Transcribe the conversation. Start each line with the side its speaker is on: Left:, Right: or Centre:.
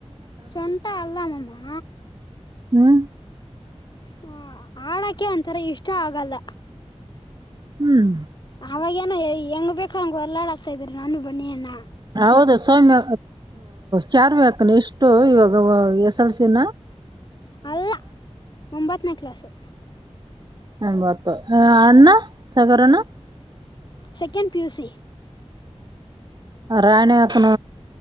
Left: ಸೊಂಟಾ ಅಲ್ಲಾಮಮ್ಮಾ
Right: ಹ್ಮ್
Left: ಹ ಹಾಳ ಅ ಅಂತರ ಇಷ್ಟ ಇಷ್ಟ ಆಗಲ್ಲ
Right: ಹ್ಮ್
Left: ಅವಾಗೇನೋ ಹೆಂಗ್ ಬೇಕು ಹಂಗಗೆ ಹೊರಲಾಡ ಆಾತ ಇದ್ರ ನಾನ ಬನ್ನಿ ಅಣ್ಣ
Right: ಹೌದು ಸೋಮ್ಯ ಚಾರ್ವಿ ಹಕನ ಎಷ್ಟು ಇವಾಗ ಎಸ್ ಎಲ್ಸಿನ
Left: ಅಲ್ಲ ಒಂಬತ್ತನೇ ಕ್ಲಾಸು
Right: ಹಂಬತ್ತು ಅಣ್ಣ ಸಗರನ್ನು
Left: ಸೆಕೆಂಡ್ ಪಿ ಯು ಸಿಿ
Right: ರಾಣಿ ಹಾಕಣ